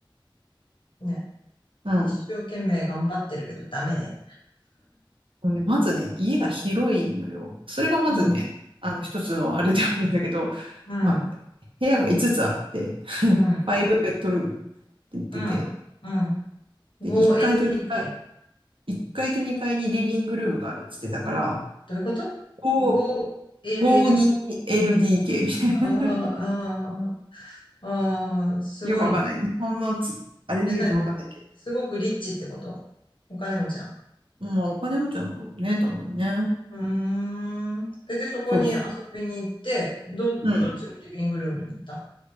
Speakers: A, on the left; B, on the right.
A: ね。
B: うん。
A: 一生懸命頑張ってるけどダメね。
B: ね、まずね、家が広いのよ。それがまずね、
A: うん、
B: あの、一つのあれであるんだけど、
A: うん、
B: まあ、部屋が5つつあって、<laughs>
A: うん、
B: 5ベッドルームって言ってて、
A: うん、うん。5LDK。
B: で、1階と2階、1階と2階にリビングルームがあるって言ってたから、
A: どういうこと
B: こう
A: ?5LL。
B: 52LDK みたいな。
A: ああ、ああ、ああ、
B: <laughs>
A: すごいね。
B: よくわかんない。日本のつ、あれで言うとわかんないけ
A: え、何すごくリッチってことお金持ちなの
B: ど。まあ、お金持ちなんだろうね、多分ね。
A: うーん。えで、そこに遊びに行って、
B: そうそ
A: ど、
B: う。
A: どっちのリビングルームに行った
B: うん。